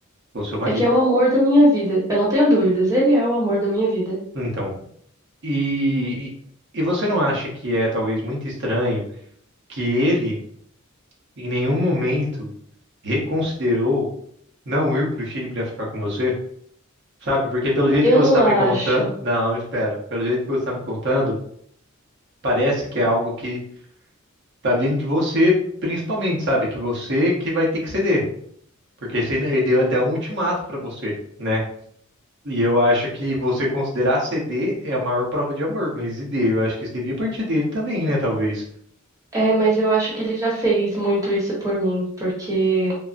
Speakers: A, on the right; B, on the right.
A: com seu marido.
B: É que é o amor da minha vida. Eu não tenho dúvidas, ele é o amor da minha vida.
A: Então, e, e e você não acha que é talvez muito estranho que ele em nenhum momento reconsiderou não ir para o Chile para ficar com você? Sabe? Porque pelo jeito
B: Eu
A: que você
B: não
A: está
B: acho.
A: me contando, não, espera. Pelo jeito que você está me contando, parece que é algo que tá vindo de você, principalmente, sabe? Que você que vai ter que ceder. Porque se- ele deu até um ultimato pra você, né? E eu acho que você considerar ceder é a maior prova de amor, mas e dele? Eu acho que isso devia partir dele também, né? Talvez.
B: É, mas eu acho que ele já fez muito isso por mim, porque